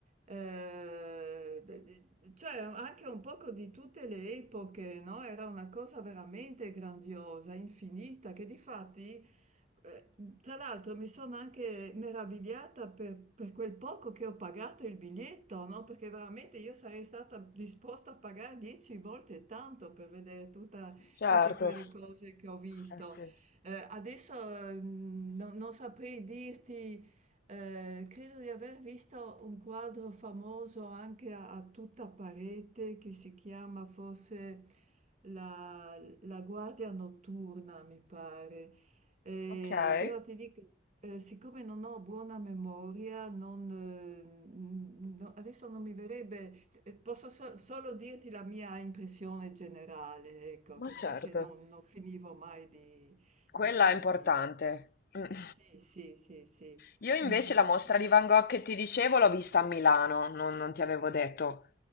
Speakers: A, on the right; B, on the left.
A: ehm, de de cioè anche un poco di tutte le epoche, no, era una cosa veramente grandiosa, infinita, che difatti, ehm, tra l'altro mi sono anche meravigliata per per quel poco che ho pagato il biglietto, no, perché veramente io sarei stata disposta a pagare 10 volte tanto per vedere tutta
B: Certo.
A: tutte quelle cose che ho visto.
B: Eh sì.
A: Ehm, adesso, mhmm, no non saprei dirti, ehm, credo di aver visto un quadro famoso anche a a tutta parete che si chiama forse la la guardia notturna, mi pare. Ehm,
B: Okay,
A: però ti dico, ehm, siccome non ho buona memoria, non mhmm, no adesso non mi verrebbe ehm, posso so solo dirti la mia impressione generale, ecco,
B: ma
A: che c'è
B: certo.
A: che non non finivo mai di
B: Quella
A: di stupì.
B: è importante. Mh.
A: Sì, sì, sì, sì.
B: Io invece
A: Mh, mh,
B: la mostra
A: mh.
B: di Van Gogh che ti dicevo l'ho vista a Milano, non non ti avevo detto.